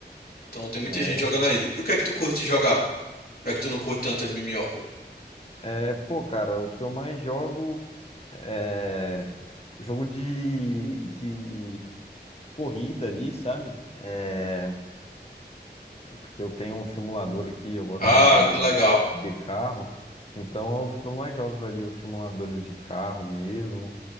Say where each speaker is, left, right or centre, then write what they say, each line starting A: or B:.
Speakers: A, on the left (about 55°); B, on the left (about 35°).
A: Então tem muita
B: É.
A: gente jogando ainda. E o que é que tu curte jogar? Já que tu não curte tanto MMO.
B: É, pô, cara, o que eu mais jogo é jogo de, de corrida ali, sabe? É, porque eu tenho um simulador aqui, eu gosto
A: Ah,
B: muito de,
A: que legal.
B: de carro, então é os que eu mais jogo ali, os simuladores de carro mesmo.